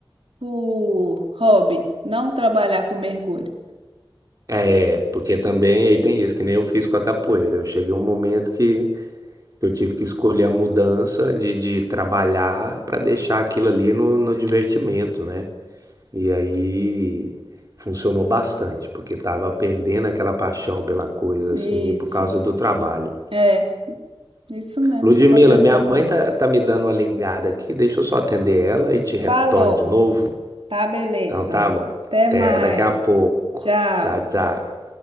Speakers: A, on the right (about 85°); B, on the right (about 40°).
A: por hobby, não trabalhar com mergulho.
B: É, porque também aí tem isso, que nem eu fiz com a capoeira. Eu cheguei a um momento que eu tive que escolher a mudança de, de trabalhar para deixar aquilo ali no, no divertimento, né? E aí funcionou bastante, porque tava perdendo aquela paixão pela coisa,
A: Isso,
B: assim, por causa do trabalho.
A: é, isso mesmo
B: Ludmila,
A: que aconteceu
B: minha mãe
A: comigo.
B: tá, tá me dando uma ligada aqui, deixa eu só atender ela e te retorno
A: Falou,
B: de novo.
A: tá, beleza.
B: Então tá bom.
A: Até
B: Até
A: mais.
B: daqui a pouco.
A: Tchau.
B: Tchau, tchau.